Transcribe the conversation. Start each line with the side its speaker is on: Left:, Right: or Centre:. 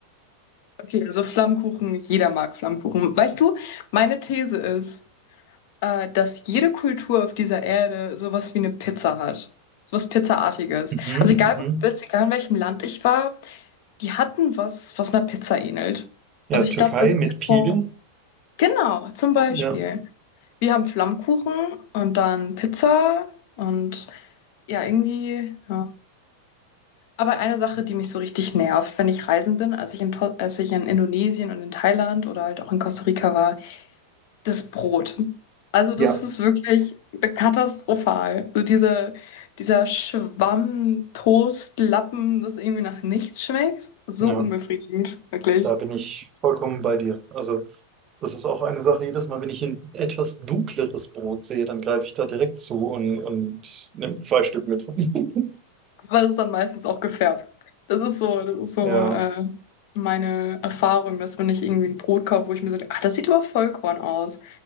Left: Okay, also Flammkuchen, jeder mag Flammkuchen. Weißt du, meine These ist, äh, dass jede Kultur auf dieser Erde sowas wie eine Pizza hat. Sowas Pizzaartiges.
Right: Mhm,
Left: Also egal,
Right: mhm.
Left: wo du bist, egal in welchem Land ich war, Die hatten was, was einer Pizza ähnelt.
Right: Ja,
Left: Also
Right: Türkei
Left: ich glaube, das
Right: mit
Left: Pizza.
Right: Pidel.
Left: Genau, zum Beispiel.
Right: Ja.
Left: Wir haben Flammkuchen und dann Pizza und ja, irgendwie. Ja. Aber eine Sache, die mich so richtig nervt, wenn ich reisen bin, als ich in, To- als ich in Indonesien und in Thailand oder halt auch in Costa Rica war, das Brot. Also das
Right: Ja.
Left: ist wirklich katastrophal. So diese, dieser Schwamm, Toast, Lappen, das irgendwie nach nichts schmeckt. So
Right: Ja,
Left: unbefriedigend, wirklich.
Right: da bin ich vollkommen bei dir. Also, das ist auch eine Sache, jedes Mal, wenn ich ein etwas dunkleres Brot sehe, dann greife ich da direkt zu und, und nehme zwei Stück mit. <laughs>
Left: Aber es ist dann meistens auch gefärbt. Das ist so, das ist so
Right: Ja.
Left: äh, meine Erfahrung, dass wenn ich irgendwie ein Brot kaufe, wo ich mir so, ah, das sieht aber Vollkorn aus.